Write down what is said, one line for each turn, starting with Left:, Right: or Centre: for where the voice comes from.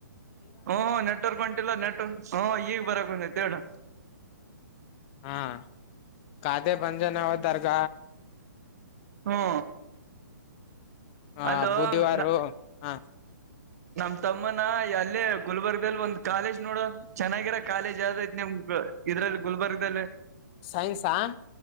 Right: ಹ್ಮ್ ನೆಟ್ವರ್ಕ್ ಹೊಂಟಿಲ್ಲ ನೆಟ್, ಹ್ಮ ಈಗ್ ಬರಕ್ ಒಂಟೈತೆ ಹೇಳ
Left: ಹಾ ಕಾದೆ ಬಂದೆ ನಾವು ದರ್ಗ
Right: ಹ್ಮು
Left: ಆ
Right: ಹಲೋ
Left: ಬುಧವಾರು
Right: ನ
Left: ಹ
Right: ನಮ್ ತಮ್ಮನ್ನ ಅಲ್ಲೇ ಗುಲ್ಬರ್ಗ್ದಲ್ ಒಂದ್ ಕಾಲೇಜ್ ನೋಡು ಚೆನ್ನಾಗಿರೊ ಕಾಲೇಜ್ ಯಾವ್ದರ ಐತೇನ್ ಇದ್ರಲ್ ಗುಲ್ಬರ್ಗ್ದಲ್ಲಿ
Left: ಸೈನ್ಸಾ?